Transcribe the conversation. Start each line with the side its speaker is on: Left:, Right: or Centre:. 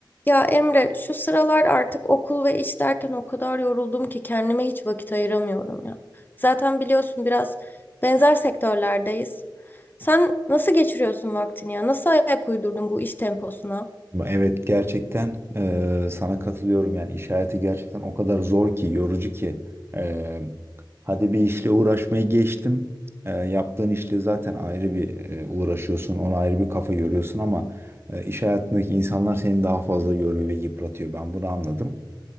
Left: Ya Emre, şu sıralar artık okul ve iş derken o kadar yoruldum ki kendime hiç vakit ayıramıyorum ya. Zaten biliyorsun biraz benzer sektörlerdeyiz. Sen nasıl geçiriyorsun vaktini ya? Nasıl ayak uydurdun bu iş temposuna?
Right: Evet gerçekten eee, sana katılıyorum yani iş hayatı gerçekten o kadar zor ki yorucu ki Eee, hadi bir işle uğraşmayı geçtim Eee, yaptığın işle zaten ayrı bir eee, uğraşıyorsun ona ayrı bir kafa yoruyorsun ama eee, iş hayatındaki insanlar seni daha fazla yoruyor ve yıpratıyor ben bunu anladım.